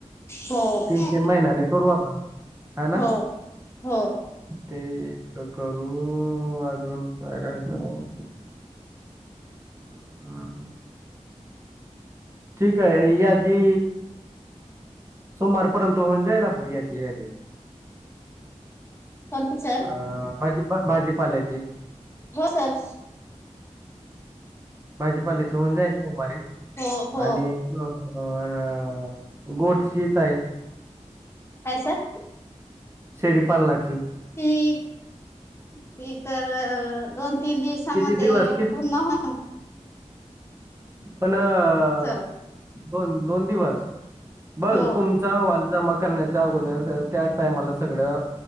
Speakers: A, on the left (about 20°); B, on the right (about 25°).
A: हो
B: तीन तीन महिन्याने करू आपण. हा ना
A: हो हो
B: ते करू अजून काय राहील. आ ठीक आहे यादी सोमवारपर्यंत होऊन जाईल आपली याची यादी.
A: पण सर
B: अ भाजी भाजी पाल्याची.
A: हो सर.
B: भाजीपाल्याचे होऊन जायल सोमवारीे
A: हो हो
B: आणि होर गोठ शीत आहे.
A: काय सर?
B: शेळी पालनाची
A: ती ती तर दोन तीन दिवसामध्ये
B: किती दिवस
A: पूर्ण होऊन.
B: पणं
A: सर
B: दोन दोन दिवस बघ
A: हो
B: तुमचा जमा करण्याच्या अगोदर त्या टाइमाला सगळं